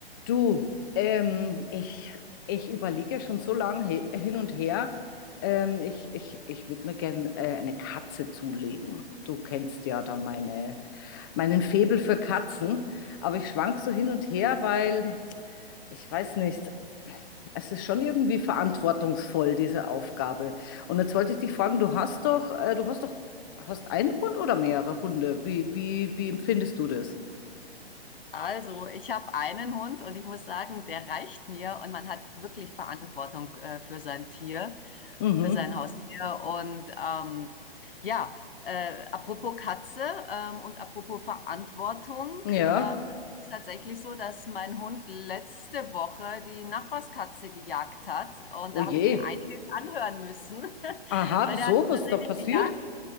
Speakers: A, on the left; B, on the left.
A: Du, ähm, ich, ich überlege schon so lange he- hin und her. Ähm, ich ich, ich würde mir gern äh, eine Katze zulegen. Du kennst ja da meine, meinen Faible für Katzen. Aber ich schwank so hin und her, weil ich weiß nicht, es ist schon irgendwie verantwortungsvoll, diese Aufgabe. Und jetzt wollte ich dich fragen, du hast doch, äh, du hast doch, hast einen Hund oder mehrere Hunde? Wie, wie, wie empfindest du das?
B: Also, ich habe einen Hund und ich muss sagen, der reicht mir und man hat wirklich Verantwortung äh, für sein Tier,
A: Mhm.
B: für sein Haustier. Und ähm, ja, äh, apropos Katze ähm, und apropos Verantwortung,
A: Ja.
B: ähm, es ist tatsächlich so, dass mein Hund letzte Woche die Nachbarskatze gejagt hat und
A: Oh
B: da
A: je.
B: habe ich mir einiges anhören müssen, <laughs>
A: Aha,
B: weil
A: wieso?
B: der hat sie
A: Was
B: tatsächlich
A: ist da passiert?
B: gejagt.